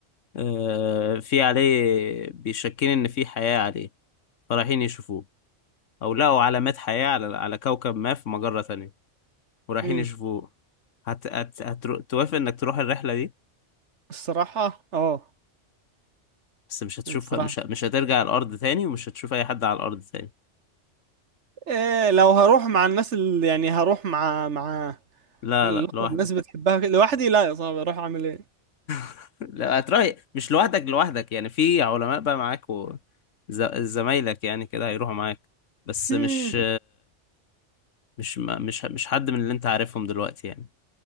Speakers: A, on the left; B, on the right.
A: آه، في عليه بيشكين ان في حياة عليه فرايحين يشوفوه او لقوا علامات حياة على على كوكب ما في مجرة تانية ورايحين
B: مم.
A: يشوفوه هت... هت... هت... توافق انك تروح الرحلة دي
B: الصراحة اه
A: بس مش هتشوفها
B: الصراحة
A: مش ه... مش هترجع الارض تاني ومش هتشوف اي حد على الارض تاني
B: إيه لو هروح مع الناس اللي يعني هروح مع مع
A: لا
B: الأخوة
A: لا لوحدك
B: الناس بتحبها كده لوحدي لا يا صاحبي اروح اعمل ايه
A: <laughs> لا هتروح مش لوحدك لوحدك يعني في علماء بقى معاك و... ز... زمايلك يعني كده هيروحوا معاك بس
B: مم.
A: مش مش ما مش مش حد من اللي انت عارفهم دلوقتي يعني